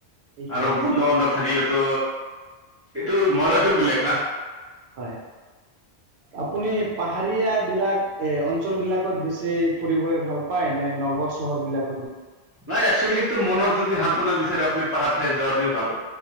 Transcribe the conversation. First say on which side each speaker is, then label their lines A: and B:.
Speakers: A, on the right; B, on the right.
A: সেইখিনি
B: আৰু বন্ধু-বান্ধৱ থাকিলে ত' এইটো মজাটো বেলেগ না?
A: হয়'। আপুনি পাহাৰীয়া বিলাক এ অঞ্চল বিলাকত বেছি ফুৰিবলে ভাল পায় নে নগৰ চহৰ বিলাক?
B: নাই একচুৱেলি তটো মনৰ যদি হান্তনা বিচাৰে আপুনি পাহাৰ ঠাইত যোৱাটো ভাল